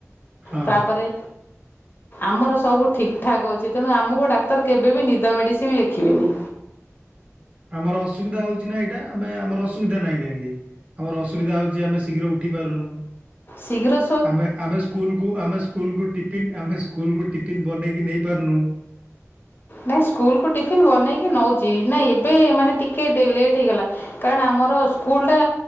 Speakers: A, on the right; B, on the left.
A: ହଁ
B: ତାପରେ ଆମର ସବୁ ଠିକ୍ ଠାକ୍ ଅଛି ତେଣୁ ଆମକୁ ଡାକ୍ତର କେବେ ବିି ନିଦ ମେଡ଼ିସିନ ଲେଖିବେନି।
A: ଆମର ଅସୁବିଧା ହଉଛି ନା ଏଇଟା ଆମେ ଆମର ଅସୁବିଧା ନହିଁ କାହିଁକି। ଆମର ଅସୁବିଧା ହଉଛି ଆମେ ଶୀଘ୍ର ଉଠି ପାରୁନୁ।
B: ଶିଘ୍ର
A: ଆମେ ଆମେ ସ୍କୁଲକୁ ଆମେ ସ୍କୁଲକୁ ଟିପିନ ଆମେ ସ୍କୁଲକୁ ଟିଫନ୍ ବନେଇକି ନେଇ ପାରୁନୁ।
B: ନାଇଁ ସ୍କୁଲ କୁ ଟିଫିନ ବନେଇକି ନଉଛି ନାଇ ଏବେ ଏ ମାନେ ଟିକେ ତିକେ ଲେଟ୍ ହେଇଗଲା କାରଣ ଆମର ସ୍କୁଲଟା